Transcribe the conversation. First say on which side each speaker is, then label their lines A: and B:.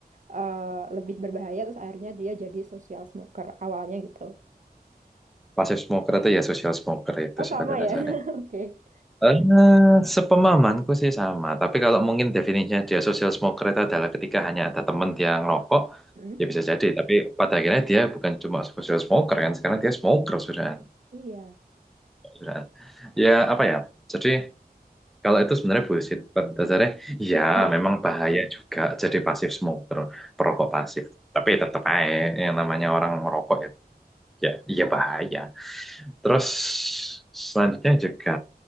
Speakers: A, on the right; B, in the centre.
A: eh, lebih berbahaya, terus akhirnya dia jadi social smoker awalnya gitu.
B: passive smoker itu ya social smoker itu
A: Oh sama
B: sih pada
A: ya,
B: dasarnya.
A: <laughs> oke.
B: Eh, sepemahamanku sih sama, tapi kalau mungkin definisinya dia social smoker itu adalah ketika hanya ada teman dia ngerokok,
A: Hmm.
B: ya bisa jadi. Tapi pada akhirnya dia bukan cuma social smoker kan, sekarang dia smoker sudah.
A: Iya.
B: sudah. Ya apa ya, jadi kalau itu sebenarnya bullshit. Pada dasarnya, ya
A: Iya.
B: memang bahaya juga jadi pasif smoker, perokok pasif. Tapi tetap aja yang namanya orang ngerokok ya, ya, ya bahaya. Terus selanjutnya juga